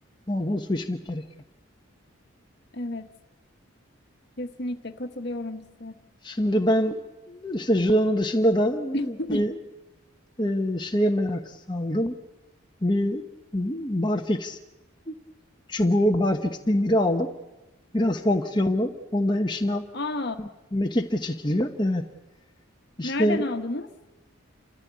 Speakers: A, on the left (about 20°); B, on the left (about 55°).
A: Bol bol su içmek gerekiyor.
B: evet kesinlikle katılıyorum size.
A: Şimdi ben işte judonun dışında da
B: <clears throat>
A: bir e, şeye merak saldım. Bir barfix çubuğu, barfix demiri aldım. Biraz fonksiyonlu. Onda hem şınav
B: Aa
A: hem mekik de çekiliyor. Evet. İşte
B: nereden aldınız?